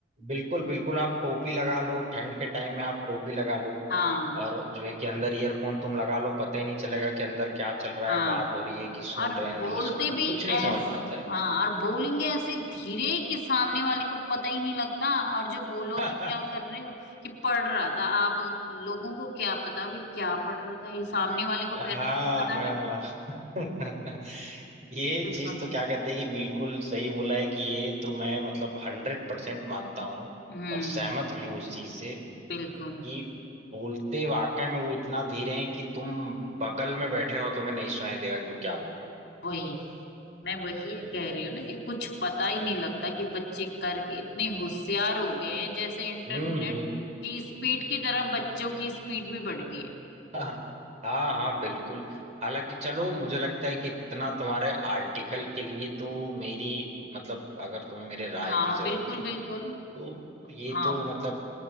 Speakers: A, on the right; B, on the left.
A: बिल्कुल बिल्कुल आप टोपी लगा लो ठंड के टाइम में आप टोपी लगा लो
B: हाँ
A: और जो है कि अंदर ईयरफोन तुम लगा लो पता ही नहीं चलेगा कि अंदर क्या चल रहा
B: हाँ
A: है बात हो रही है कि सुन
B: और
A: रहे हैं नहीं
B: बोलते
A: सुन रहे
B: भी
A: कुछ नहीं
B: ऐसे
A: समझ में आता
B: हाँ और बोलेंगे ऐसे धीरे कि सामने वाले को पता ही नहीं लगता और जो बोलो
A: है
B: कि क्या कर रहे हो कि पढ़ रहा था आप लोगों को क्या पता भाई क्या पढ़ रहा था ये सामने वाले को
A: हाँ
B: पेरेंट्स को पता
A: हाँ
B: है
A: <laughs> ये
B: बिल्कुल
A: चीज तो क्या कहते हैं कि बिल्कुल सही बोला है कि ये तो मैं मतलब हंड्रेड परसेंट मानता हूँ
B: हम्म
A: और सहमत भी हूँ इस चीज से
B: बिल्कुल
A: कि बोलते वाकई में वो इतना धीरे हैं कि तुम बगल में बैठे रहो तुम्हें नहीं सुनाई देगा क्यों क्या बोल
B: वही मैं वही कह रही हूँ ना कि कुछ पता ही नहीं लगता कि बच्चे करके इतने होशियार हो गए हैं जैसे इंटरनेट
A: रहे हो। हम्म हम्म
B: की स्पीड की तरह बच्चों की स्पीड भी बढ़ गई है
A: <laughs> हाँ हाँ हाँ, बिल्कुल हालांकि चलो मुझे लगता है कि इतना तुम्हारे आर्टिकल के लिए तो मेरी मतलब अगर तुम्हें मेरे राय
B: हाँ
A: की जरूरत
B: बिल्कुल
A: थी
B: बिल्कुल
A: तो ये
B: हाँ
A: तो मतलब